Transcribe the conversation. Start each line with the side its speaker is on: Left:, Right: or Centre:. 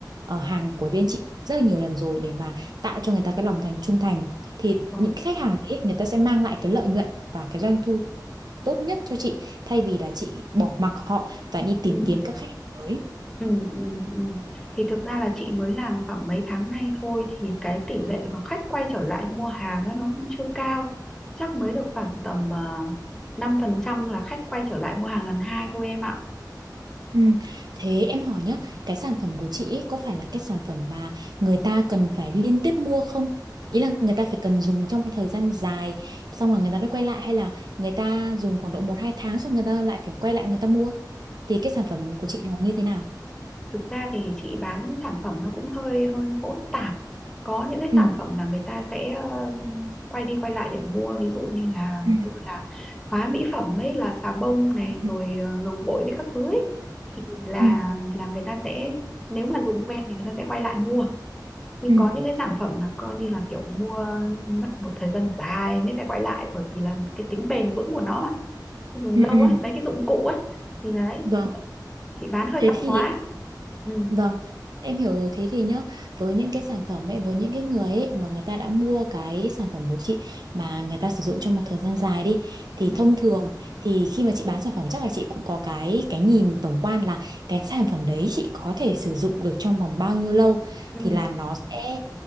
Right: ờ, hàng của bên chị rất là nhiều lần rồi để mà tạo cho người ta cái lòng thành trung thành thì
Centre: ừ,
Right: những cái khách hàng đấy người ta sẽ mang lại cái lợi nhuận và cái doanh thu tốt nhất cho chị thay vì là chị bỏ mặc họ và đi tìm
Centre: ừ,
Right: kiếm các khách hàng mới
Centre: Ừ, ừ, ừ. Thì thực ra là chị mới làm khoảng mấy tháng nay thôi thì cái tỷ lệ mà khách quay trở lại mua hàng á, nó cũng chưa cao chắc mới được khoảng tầm uh, 5% là khách quay trở lại mua hàng lần hai thôi em ạ
Right: Ừ. Thế em hỏi nhá, cái sản phẩm của chị ý, có phải là cái sản phẩm mà người ta cần phải liên tiếp mua không? Ý là người ta phải cần dùng trong thời gian dài, xong là người ta mới quay lại hay là người ta dùng khoảng độ một hai tháng xong người ta lại phải quay lại người ta mua? Thì cái sản phẩm của chị là như thế nào?
Centre: thực ra thì chị bán sản phẩm nó cũng hơi hơi hỗn tạp có những cái
Right: Ừ.
Centre: sản phẩm là người ta sẽ ờ, quay đi quay lại để mua ví dụ như là
Right: Ừ.
Centre: như là hóa mỹ phẩm ấy là xà bông này
Right: Ừ.
Centre: rồi ờ, dầu gội với các thứ ấy thì là
Right: Ừ.
Centre: là người ta sẽ nếu mà dùng quen thì người ta sẽ quay lại mua nhưng
Right: Ừ.
Centre: có những cái sản phẩm là coi như là kiểu mua mất một thời gian dài mới phải quay lại bởi vì là cái tính bền vững của nó mà dùng
Right: Ừ.
Centre: lâu
Right: ừ.
Centre: á mấy cái dụng cụ á thì đấy
Right: Vâng,
Centre: chị bán hơi
Right: thế
Centre: tạp
Right: thì
Centre: hóa ừ.
Right: Vâng, em hiểu rồi. Thế thì nhá, với những cái sản phẩm ấy, với những cái người ấy mà người ta đã mua cái sản phẩm của chị mà người ta sử dụng trong một thời gian dài đi thì
Centre: ừ.
Right: thông thường thì khi mà chị bán sản phẩm chắc là chị cũng có cái cái nhìn tổng quan là cái sản phẩm đấy chị có thể sử dụng được trong vòng bao nhiêu lâu
Centre: Ừ,
Right: thì là nó sẽ